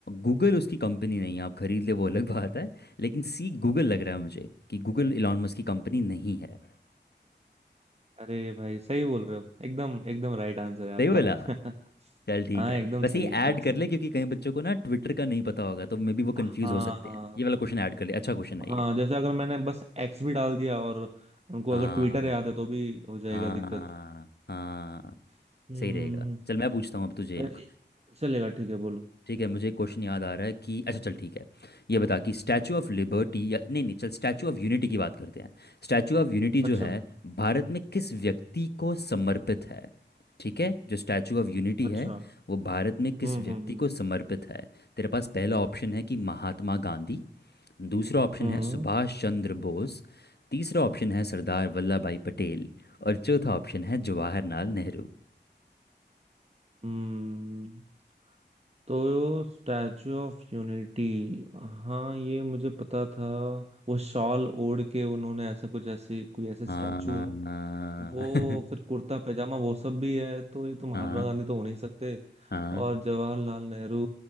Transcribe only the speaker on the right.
अरे भाई सही बोल रहे हो एकदम एकदम राइट आंसर है आपका
<laughs>
हाँ
एकदम
सही
एकदम
सही
है
हाँ
हाँ
जैसे अगर मैंने बस एक्स भी डाल दिया और उनको
अगर ट्विटर याद है तो भी हो जाएगा
दिक्कत
हम्म
अरे,
चलेगा ठीक है बोलो
अच्छा
अच्छा
हम्म
हम्म हम्म
हम्म
हम्म, तो स्टैचू ऑफ यूनिटी हाँ ये मुझे पता था वो शॉल ओढ़ के उन्होंने ऐसा कुछ ऐसे कोई ऐसे
स्टैचू
है वो
फिर कुर्ता पैजामा वो सब भी है तो ये तो महात्मा
गांधी तो हो नहीं सकते
और जवाहरलाल नेहरू